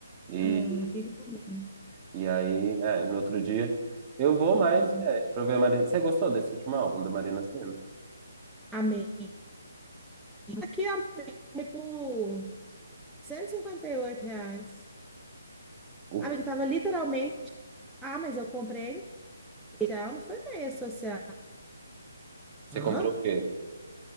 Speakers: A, on the right; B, in the centre.
A: E
B: É, fica com Deus.
A: E aí, é, no outro dia, eu vou, mais
B: Ah,
A: é, pra ver a Marina. Você gostou desse último álbum da Marina Sena?
B: amei. Aqui, amei foi por 158 reais.
A: O-
B: Amigo, tava literalmente. Ah, mas eu comprei a social, não foi meia social.
A: Você
B: Hã?
A: comprou o quê?